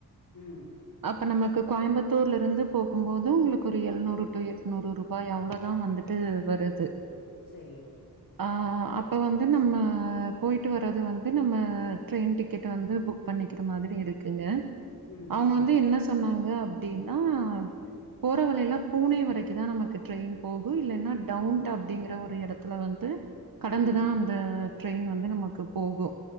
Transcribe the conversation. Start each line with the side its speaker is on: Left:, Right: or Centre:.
Left: ம்
Right: அப்ப நமக்கு கோயம்பத்தூர்லருந்து போகும்போது உங்களுக்கு ஒரு எழுநூறு டு எட்நூறு ரூபாய் அவ்ளோதா வந்துட்டு து வருது
Left: செரி
Right: ஆ அப்ப வந்து நம்ம போய்ட்டு வர்றது வந்து நம்ம ட்ரெய்ன் டிக்கெட் வந்து புக் பண் பண்ணிக்கிற மாதிரி இருக்குங்க
Left: ம்
Right: அவுங்க வந்து என்ன சொன்னாங்க அப்டின் னா போறவலேலா பூனே வரைக்கியு தா நமக்கு ட்ரெய்ன் போகு இல்லன்னா டவுன் டாப் அப்டிங்கற ஒரு எடத்துல வந்து கடந்துதா
Left: ம்
Right: அந்த ட்ரெய்ன் வந்து நமக்கு போகு